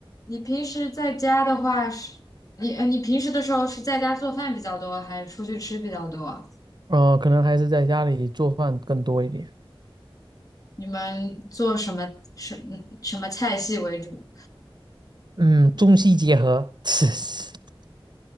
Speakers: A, on the left; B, on the right.
A: 你平时在家的话是，你呃，你平时的时候是在家做饭比较多，还是出去吃比较多？
B: 呃，可能还是在家里做饭更多一点。
A: 你们做什么什什么菜系为主？
B: 嗯，中西结合。<laughs>